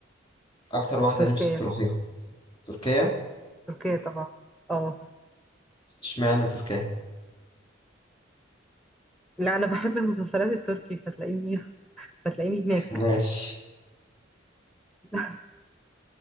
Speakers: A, on the left; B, in the centre.
A: أكتر واحدة
B: تركيا
A: نفسك تروحيها تركيا
B: تركيا طبعا اه
A: اشمعنى تركيا
B: لا انا بحب المسلسلات التركي فتلاقيني <laughs> فتلاقيني هناك
A: ماشي
B: <laughs>